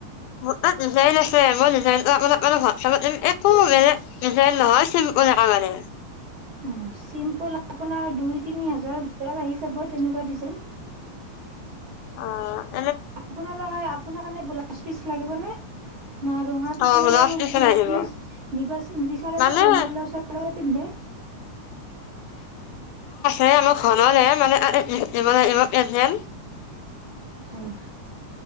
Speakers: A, on the left (about 85°); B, on the right (about 60°).
A: মোৰ তাত ডিজাইন আছে মই ডিজাইনটো আপোনাৰ তাতে হোৱাটছএপত দিম একো বেলেগ ডিজাইন নহয় চিম্পুল একেবাৰে
B: উম চিম্পুল আপোনাৰ দুই তিনি হাজাৰ অলপ আহি যাব তেনেকুৱা ডিজাইন
A: আহ
B: আপোনালোকে আপোনাৰ কাৰণে ব্লাউজ পিচ লাগিবনে না ৰঙা কিছুমানে
A: অ
B: আৰু
A: পিচ ওলাই
B: ব্লাউজ
A: দিব
B: পিচ নিব নিবিচাৰে
A: মানে
B: না ৰঙা ব্লাউজৰ লগতে পিন্ধে
A: এই আমাৰ ঘৰৰে মানে এ এই ই <unintelligible> যেন
B: হয়